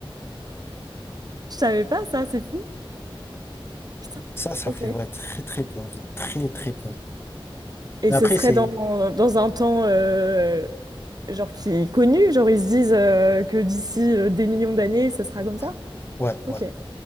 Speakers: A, on the right; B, on the left.
A: Je savais pas ça, c'est fou. Putain.
B: Ça, ça
A: Ok.
B: fait ouais, très très peur. Très très peur.
A: Et
B: Mais
A: ce
B: après,
A: serait
B: c'est...
A: dans, dans un temps euh, genre qui est connu, genre ils se disent euh, que d'ici euh, des millions d'années, ça sera comme
B: Ouais,
A: ça.
B: ouais,
A: Ok.
B: ouais.